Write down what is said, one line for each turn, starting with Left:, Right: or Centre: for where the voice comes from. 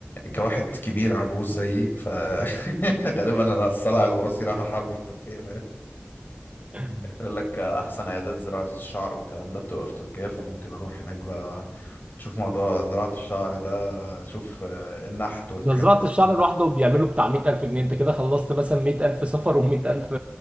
Left: كواحد كبير عجوز زيي فغالبا <laughs> انا الصلع الوراثي رايح احاربه في تركيا
Right: <laughs>
Left: يقول لك احسن عيادات زراعة الشعر والكلام ده بتبقى في تركيا فممكن اروح هناك بقى تشوف موضوع زراعة الشعر ده شوف آه، النحت والحاجات
Right: ده زراعة
Left: اللي
Right: الشعر
Left: من
Right: لوحده بيعملوا بتاع 100000 جنيه انت كده خلصت مثلا 100000 سفر و100000